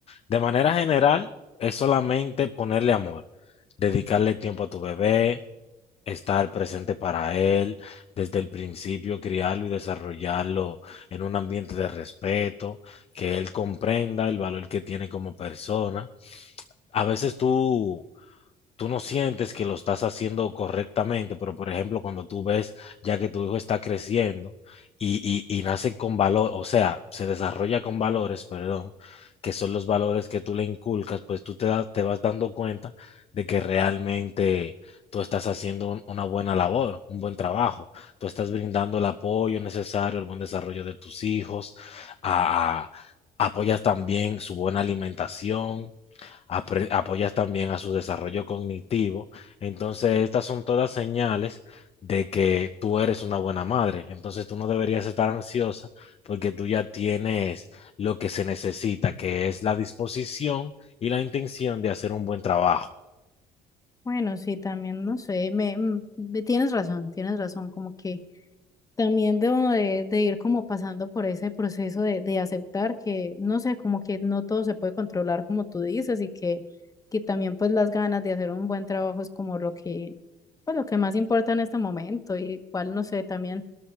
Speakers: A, on the left; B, on the left.
A: de manera general, es solamente ponerle amor, dedicarle tiempo a tu bebé, estar presente para él desde el principio, criarlo y desarrollarlo en un ambiente de respeto, que él comprenda el valor que tiene como persona. A veces tú tú no sientes que lo estás haciendo correctamente, pero por ejemplo, cuando tú ves ya que tu hijo está creciendo y, y, y nace con valor, o sea, se desarrolla con valores, perdón, que son los valores que tú le inculcas, pues tú te, da- te vas dando cuenta de que realmente tú estás haciendo un- una buena labor, un buen trabajo, tú estás brindando el apoyo necesario, el buen desarrollo de tus hijos, a- a- apoyas también su buena alimentación apre- apoyas también a su desarrollo cognitivo. Entonces, estas son todas señales de que tú eres una buena madre. Entonces, tú no deberías estar ansiosa porque tú ya tienes lo que se necesita, que es la disposición y la intención de hacer un buen trabajo.
B: Bueno, sí, también, no sé, me, me- tienes razón, tienes razón, como que También debo de, de ir como pasando por ese proceso de, de aceptar que, no sé, como que no todo se puede controlar como tú dices y que, que también pues las ganas de hacer un buen trabajo es como lo que, pues lo que más importa en este momento y igual, no sé, también,